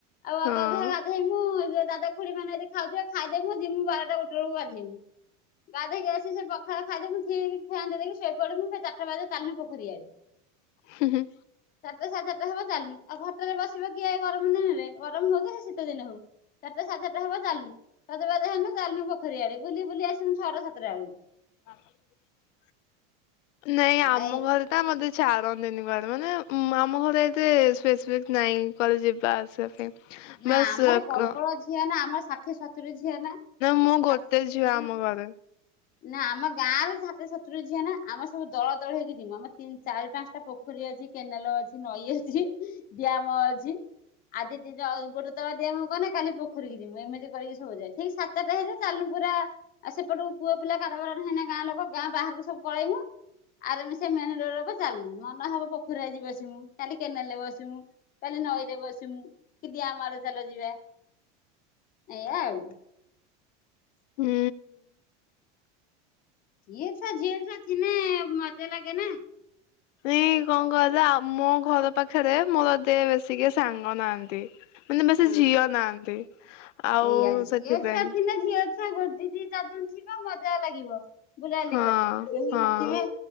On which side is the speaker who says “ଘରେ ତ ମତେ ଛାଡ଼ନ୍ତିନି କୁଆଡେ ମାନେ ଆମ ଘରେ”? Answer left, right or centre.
Left